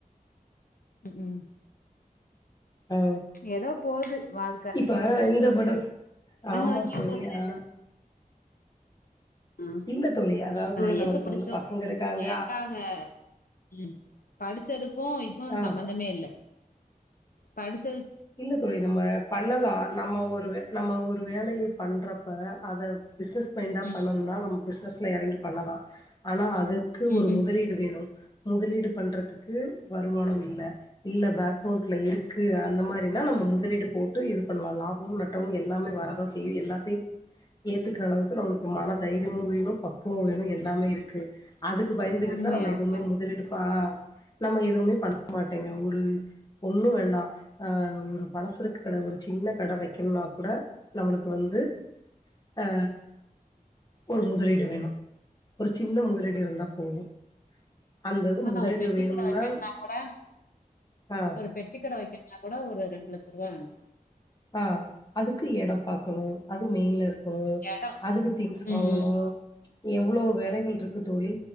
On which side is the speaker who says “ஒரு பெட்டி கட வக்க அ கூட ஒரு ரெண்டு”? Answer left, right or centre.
Left